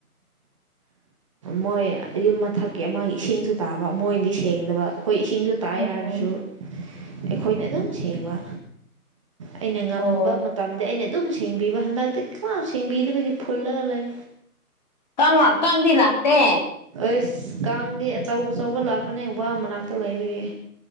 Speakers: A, on the right; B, on the left.
A: ꯃꯣꯏ ꯌꯌꯨꯝ ꯃꯊꯛꯀꯤ ꯃꯥꯒꯤ ꯏꯁꯤꯡꯁꯨ ꯇꯥꯕ ꯃꯣꯏꯅꯗꯤ ꯁꯦꯡꯗꯕ ꯑꯩꯈꯣꯏ ꯏꯁꯤꯡꯁꯨ ꯇꯥꯏ
B: ꯑꯣ
A: ꯍꯥꯏꯔꯁꯨ ꯑꯩꯈꯣꯏꯅ ꯑꯗꯨꯝ ꯁꯦꯡꯕ ꯑꯩꯅ ꯉꯝꯕ
B: ꯑꯣ
A: ꯃꯇꯝꯗ ꯑꯩꯅ ꯑꯗꯨꯝ ꯁꯦꯡꯕꯤꯕ ꯍꯟꯗꯛꯇꯤ ꯀꯥꯎ ꯁꯦꯡꯕꯤꯗꯕꯒꯤ ꯐꯨꯜꯂꯒ ꯂꯩ
B: ꯀꯥꯡ ꯀꯥꯡꯗꯤ ꯂꯥꯛꯇꯦ
A: ꯑꯩꯁ ꯀꯥꯡꯗꯤ ꯑꯆꯧ ꯑꯆꯧꯕ ꯂꯥꯛꯄꯅꯦ ꯋꯥ ꯃꯅꯥꯛꯇ ꯂꯩꯕꯒꯤ